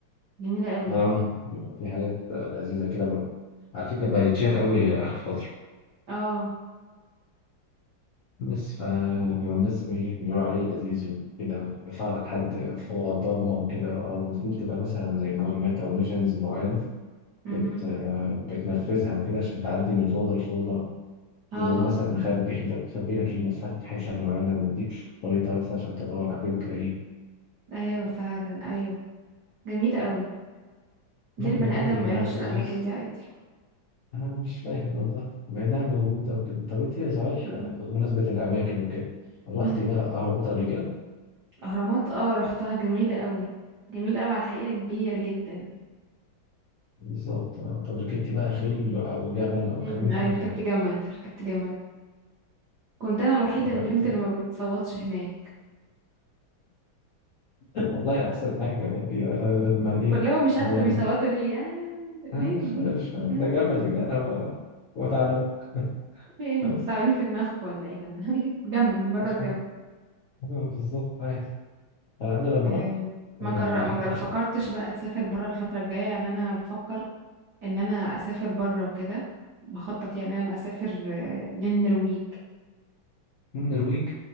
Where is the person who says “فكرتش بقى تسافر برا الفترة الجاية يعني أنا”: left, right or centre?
Right